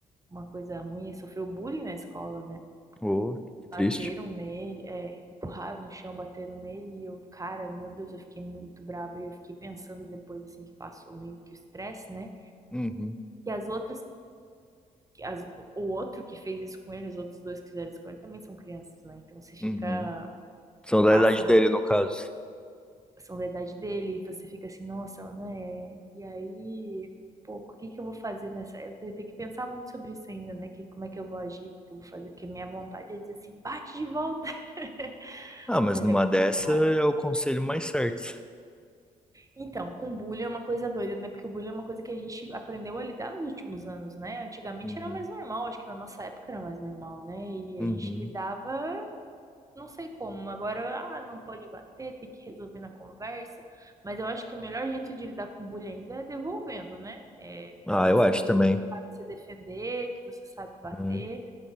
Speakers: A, on the right; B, in the centre.
A: uma coisa ruim, ele sofreu bullying na escola, né?
B: Oh, que triste.
A: Bateram nele, é, empurraram no chão, bateram nele, e eu, cara, meu Deus, eu fiquei muito braba, e eu fiquei pensando depois, assim, que passou meio que o estresse, né?
B: Uhum.
A: Que as outras, que as, o outro que fez isso com ele, os outros dois que fizeram isso com ele, também são crianças, né? Então você fica,
B: Uhum. São da
A: passa
B: idade dele, no caso.
A: são da idade dele, e você fica assim, nossa, né? E aí, pô, o que que eu vou fazer nessa? Eu tenho tenho que pensar muito sobre isso ainda, né? Que, como é que eu vou agir, o que que eu vou fazer, porque minha vontade é dizer assim, bate de volta, <laughs>
B: Ah, mas
A: mas
B: numa
A: é complicado.
B: dessa é o conselho mais certo.
A: Então, com bullying é uma coisa doida, né? Porque o bullying é uma coisa que a gente aprendeu a lidar nos últimos anos, né? Antigamente
B: Uhum.
A: era mais normal, acho que na nossa época era mais normal, né? E
B: Uhum.
A: a gente lidava não sei como. Agora, ah, não pode bater, tem que resolver na conversa. Mas eu acho que o melhor jeito de lidar com bullying ainda é devolvendo, né? É,
B: Ah,
A: é mostrando
B: eu acho
A: que
B: também.
A: você sabe se defender, que você sabe bater,
B: né?